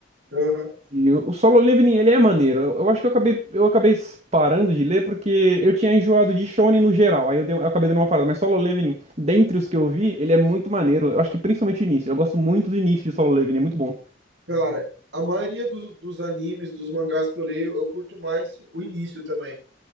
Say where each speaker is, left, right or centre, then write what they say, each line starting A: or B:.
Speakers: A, on the right; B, on the right.
A: <laughs> aham.
B: E o o Solo Leveling, ele é maneiro. Eu, eu acho que eu acabei, eu acabei parando de ler porque eu tinha enjoado de Shonen no geral. Aí eu, dei- eu acabei dando uma parada. Mas Solo Leveling, dentre os que eu vi, ele é muito maneiro. Eu acho que principalmente o início. Eu gosto muito do início de Solo Leveling, é muito bom.
A: Cara, a maioria dos, dos animes, dos mangás que eu leio, eu curto mais o início também.